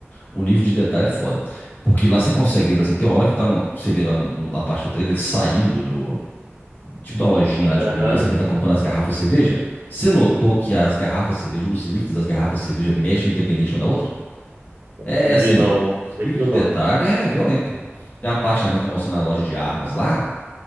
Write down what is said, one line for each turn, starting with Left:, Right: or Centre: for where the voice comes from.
Left: O nível de detalhe é foda. Porque lá você consegue ver, por exemplo, tem uma hora que tá no, você vê lá no- no- na parte do trailer ele saindo do tipo da lojinha lá de
Right: Aham.
Left: conveniência que ele tá comprando as garrafas de cerveja. Você notou que as garrafas de cerveja, os líquidos das garrafas de cerveja mexem independente uma da outra? É
Right: Vi
Left: assim,
Right: não.
Left: o
Right: Líquido
Left: nível de
Right: não.
Left: detalhe é violento. Tem a parte também que tá mostrando a loja de armas lá.